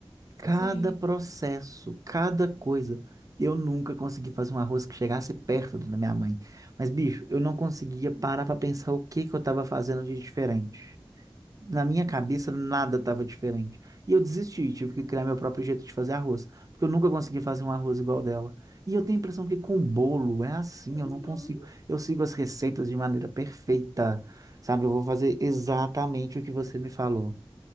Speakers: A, on the right; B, on the left.
A: Cada
B: Sim.
A: processo, cada coisa. Eu nunca consegui fazer um arroz que chegasse perto do da minha mãe. Mas, bicho, eu não conseguia parar para pensar o que que eu estava fazendo de diferente. Na minha cabeça,
B: Sim.
A: nada estava diferente. E eu desisti, tive que criar meu próprio jeito de fazer arroz. Porque eu nunca consegui fazer um arroz igual dela. E eu tenho a impressão que com bolo é assim,
B: Uhum.
A: eu não consigo. Eu sigo as receitas de maneira perfeita, sabe? Eu vou fazer exatamente o que você me falou.